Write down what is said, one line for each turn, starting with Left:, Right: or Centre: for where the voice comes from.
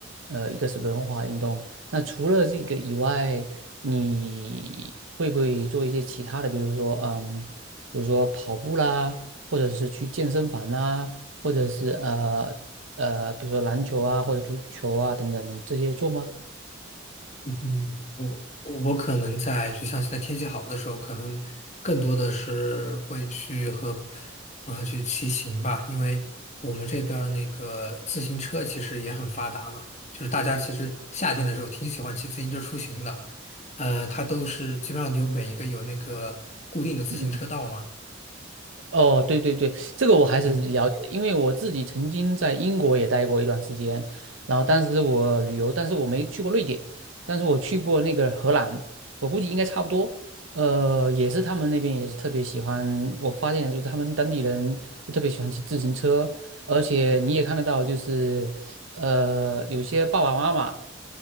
Right: 呃，一个是轮滑运动。那除了这个以外，你会不会做一些其他的，比如说，嗯，比如说跑步啦，或者是去健身房啦，或者是呃呃，比如说篮球啊或者足球啊等等，你这些做吗？
Left: 嗯，我我可能在就像现在天气好的时候，可能更多的是会去和朋友去骑行吧，因为我们这边儿那个自行车其实也很发达嘛，就是大家其实夏天的时候挺喜欢骑自行车出行的，呃，它都是基本上有每一个有那个固定的自行车道嘛，
Right: 嗯。哦，对对对，这个我还是嗯了解的，
Left: 嗯
Right: 因为我自己曾经在英国也待过一段时间，然后当时我旅游，但是我没去过瑞典，但是我去过那个荷兰，我估计应该差不多。呃，也是他们那边也是特别喜欢，我发现就是他们当地人就特别喜欢骑自行车，而且你也看得到，就是呃，有些爸爸妈妈